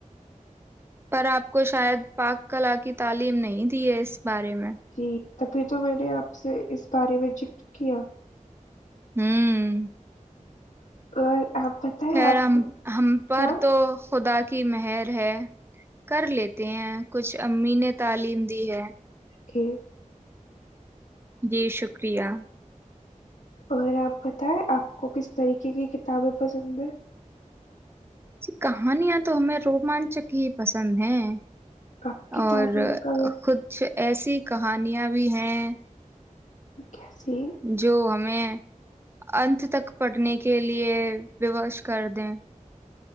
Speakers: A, on the right; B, on the left.
A: پر آپ کو شاید پاک کلا کی تعلیم نہیں دی ہے اس بارے میں
B: جی تبھی تو میں نے آپ سے اس بارے میں ذکر کیا
A: ہوں
B: اور آپ بتائیں
A: خیر
B: آپ
A: ہم
B: کو
A: ہم پر
B: کیا
A: تو خدا کی مہر ہے کر لیتے ہیں کچھ امی نے تعلیم دی ہے
B: کہ
A: جی شکریہ
B: اور آپ بتائیں آپ کو کس طریقے کی کتابیں پسند ہیں
A: جی کہانیاں تو ہمیں رومانچک ہی پسند ہیں
B: آپ کی
A: اور
B: تعلیم کا وقت
A: کچھ ایسی کہانیاں بھی ہیں
B: کیسی
A: جو ہمیں اننت تک پڑنے کے لیے ووش کر دیں